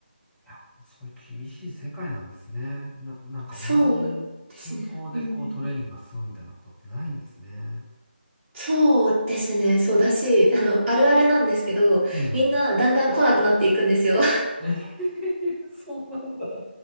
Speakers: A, in the centre; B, on the right.
A: いやそういう厳しい世界なんですね。な、なんか同じ進行でこうトレーニングが進むみたいなことってないんですね。
B: そうですね。うんうんそうですね。そうだし、あの、あるあるなんですけど、
A: ええ。
B: みんなだんだん来なくなっていくんですよ。
A: ええ、<laughs> そうなんだ。